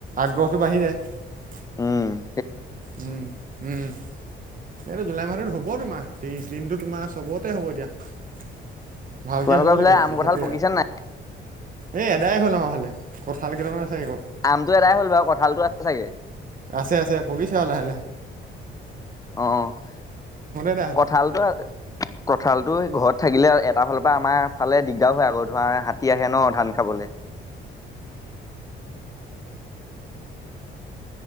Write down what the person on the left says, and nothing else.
উম
তোমালোকৰ
ফালে আম
কঁঠাল পকিছে
নাই
আমটো এদাই হ'ল বাৰু, কঁঠালতটো আছে চাগে?
অ',
কঠালটো-কঠালটো ঘৰত থাকিলে এটাৰ ফালৰ পৰা আমাৰ ফালে দিগদাৰ হয় আকৌ ধৰা হাতী আহে ন ধান খাবলে। <inaudible>